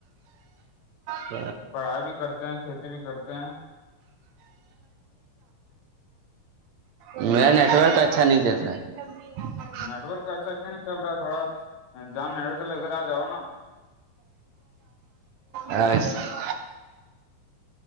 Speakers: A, on the right; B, on the left.
A: <inaudible>
B: پڑھائی بھی کرتے ہیں کھیتی بھی کرتے ہیں
A: میرا نیٹورک اچھا نہیں چل رہا ہے جلدی <inaudible>
B: نیٹ ورک اچھا کیوں نہیں چل رہا تھوڑا جام نیٹ ورک چل ادھر آ جاؤ نا
A: <inaudible> ایس <inaudible>